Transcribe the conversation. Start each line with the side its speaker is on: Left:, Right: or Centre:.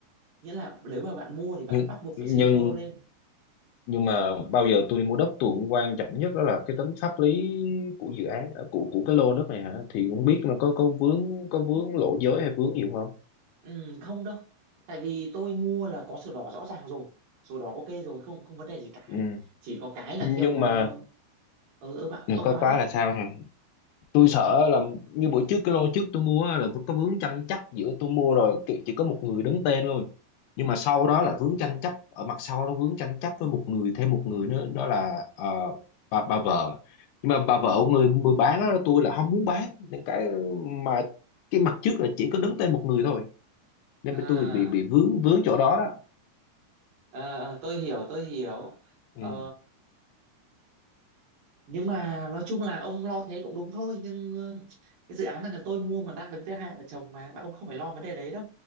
Right: nghĩa là nếu mà bạn mua thì bạn
Left: nhưng
Right: bắt buộc
Left: nhưng
Right: phải xây thô lên
Left: nhưng mà bao giờ tôi đi mua đất tôi cũng quan trọng nhất đó là cái tính pháp lý của dự án à, của của cái lô đất này hả thì cũng biết là có có vướng có vướng lộ giới hay vướng gì không
Right: ừ, không đâu tại vì tôi mua là có sổ đỏ rõ ràng rồi sổ đỏ ok rồi không không vấn đề gì cả
Left: ừ
Right: chỉ có cái là
Left: nhưng
Right: theo ờ,
Left: mà
Right: ừ, ừ bạn
Left: Ừ,
Right: ông
Left: có
Right: nói
Left: có
Right: đi
Left: là sao rồi tôi sợ là như buổi trước cái lô trước tôi mua á, là vẫn có vướng tranh chấp giữa tôi mua rồi chỉ, chỉ có một người đứng tên thôi nhưng mà sau đó là vướng tranh chấp ở mặt sau nó vướng tranh chấp với một người thêm một người nữa đó là ờ, bà, bà vợ nhưng mà bà vợ của người người bán đó tôi là không muốn bán nên cái mà cái mặt trước là chỉ có đứng tên một người thôi nên
Right: à,
Left: mà tôi bị bị vướng vướng chỗ đó đó
Right: à à, tôi hiểu tôi hiểu Ờ,
Left: ừ,
Right: nhưng mà nói chung là ông lo thế cũng đúng thôi nhưng ờ, cái dự án này là tôi mua mà đang đứng thứ hai vợ chồng mà bạn ông không phải lo vấn đề đấy đâu